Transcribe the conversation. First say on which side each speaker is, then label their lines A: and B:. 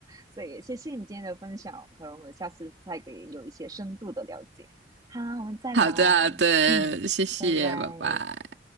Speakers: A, on the right; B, on the right.
A: 所以谢谢你今天的分享，可能我们下次再给有一些深度的了解。好，我们再聊哦，
B: 好的，好的，
A: 嗯，
B: 谢谢，
A: 拜拜。
B: 拜拜。